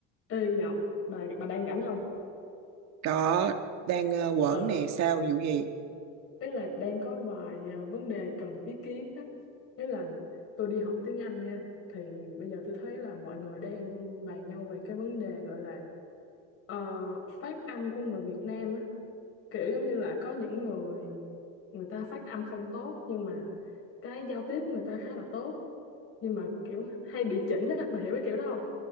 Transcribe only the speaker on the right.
Đó, đang ờ, quẩn
nè, sao, vụ gì?